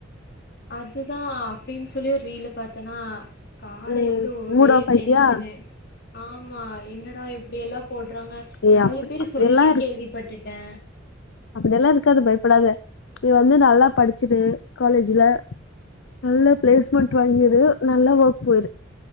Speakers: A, on the left; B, on the left.
A: அதுதா அப்டின் சொல்லி ஒரு ரீலு பாத்தனா காலையிலந்து
B: ம்
A: ஒரே
B: மூட் ஆஃப் ஆயிட்டியா
A: டென்ஷனு ஆமா என்னடா இப்டியெல்லா போடுறாங்க
B: ஏ
A: நறைய
B: அப்டி
A: பேரு
B: அப்டியெல்லா
A: சொல்லியு கேள்வி பட்டுட்டே
B: அப்டி எல்லா இருக்காது பயப்படாத நீ வந்து நல்லா படிச்சுரு காலேஜ்ல நல்ல பிளேஸ்மெண்டட் வாங்கிரு நல்ல ஒர்க் போயிரு